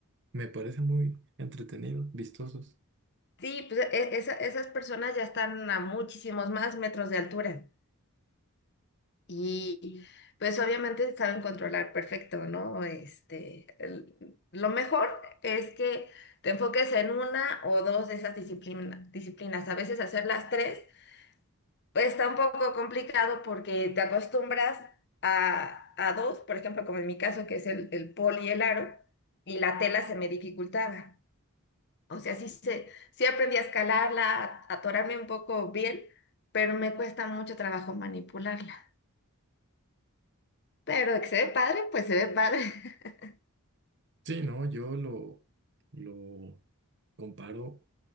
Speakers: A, on the right; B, on the left.
A: Me parece muy entretenido, vistosos.
B: Sí, pues e- esa- esas personas ya están a muchísimos más metros de altura y pues obviamente saben controlar perfecto, ¿no? Este, el- lo mejor es que te enfoques en una o dos de esas disciplina- disciplinas. A veces hacer las tres pues está un poco complicado porque te acostumbras a, a dos, por ejemplo, como en mi caso que es el, el pol y el aro y la tela se me dificultaba. O sea, sí, se, sí aprendí a escalarla, a atorarme un poco bien, pero me cuesta mucho trabajo manipularla. Pero de que se ve padre, pues se ve padre. <laughs>
A: Sí, no, yo lo, lo comparo